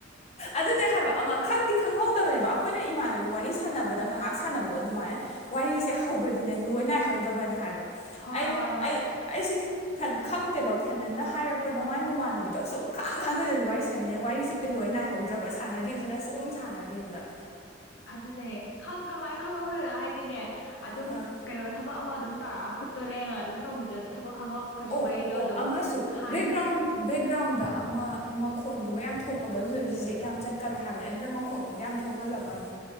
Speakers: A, on the left (about 35°); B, on the left (about 65°).
A: ꯑꯗꯨꯅꯦ ꯍꯥꯏꯕ ꯑꯃ ꯈꯪꯗꯤ ꯈꯪꯍꯧꯗꯕꯅꯦꯕ ꯑꯩꯈꯣꯏꯅ ꯏꯃꯥꯟꯅꯕꯤ ꯋꯥꯔꯤ ꯁꯥꯟꯅꯕꯗ ꯉꯥꯏꯍꯥꯛ ꯁꯥꯟꯅꯕꯗꯣ ꯑꯗꯨꯃꯥꯏꯅ ꯋꯥꯔꯤꯁꯦ ꯍꯧꯈ꯭ꯔꯗꯤꯅꯦ ꯂꯣꯏ ꯅꯥꯏꯍꯧꯗꯕꯅꯦ ꯍꯥꯏꯕ
B: ꯍꯣꯏ
A: ꯑꯩꯗꯤ
B: ꯍꯣꯏ ꯍꯣꯏ
A: ꯑꯩ ꯑꯩꯁꯤ ꯐ ꯈꯪꯗꯦꯕ ꯐꯅꯅ ꯍꯥꯏꯔꯛꯄꯗ ꯃꯥꯏ ꯃꯃꯥꯟꯅꯕꯤꯗꯣ ꯑꯁꯨꯝ ꯈ ꯀꯥꯡ ꯈꯥꯡꯅꯗꯕꯤ ꯋꯥꯔꯤ ꯁꯥꯟꯅꯩꯦ ꯋꯥꯔꯤꯁꯦ ꯂꯣꯏ ꯅꯥꯏꯍꯧꯗ꯭ꯔꯕ ꯁꯥꯟꯅꯈꯤꯕꯁꯤꯅ ꯁꯨꯝ ꯁꯥꯟꯅꯈꯤꯕꯗ
B: ꯑꯗꯨꯅꯦ ꯀꯃꯥꯏꯅ ꯈꯪꯍꯧꯗꯅ ꯍꯥꯏꯗꯤꯅꯦ ꯑꯗꯨꯝ
A: ꯑ
B: ꯀꯩꯅꯣ ꯊꯕꯛ ꯑꯃ ꯑꯗꯨꯝ ꯑꯗꯨ ꯇꯥꯔꯥ ꯈꯨꯠꯇꯣ ꯂꯩꯡꯉꯒ ꯑꯗꯨꯝ ꯇꯧꯈꯤꯕꯗ ꯊꯕꯛ ꯈꯪꯍꯧ ꯀꯩꯁꯨ
A: ꯑꯣ
B: ꯋꯥꯔꯤꯗꯣ
A: ꯑꯣ
B: ꯑꯗꯨꯝ
A: ꯑꯃꯁꯨ
B: ꯍꯥꯟ
A: ꯕꯦꯛꯒ꯭ꯔꯥꯎꯟ ꯕꯦꯛꯒ꯭ꯔꯥꯎꯟꯗ ꯑꯃ ꯃꯈꯣꯟꯒꯨꯝꯕ ꯌꯥꯝ ꯊꯣꯛꯄꯗꯣ ꯑꯗꯨꯗ ꯔꯤꯖꯦꯛ ꯌꯥꯝ ꯆꯠꯀꯜꯂꯦ ꯍꯥꯏꯕꯅꯦ ꯑꯗꯨꯅ ꯃꯈꯣꯟꯒꯨꯝꯕꯗ ꯌꯥꯝ ꯊꯣꯛꯍꯜꯂꯛꯀꯅꯨ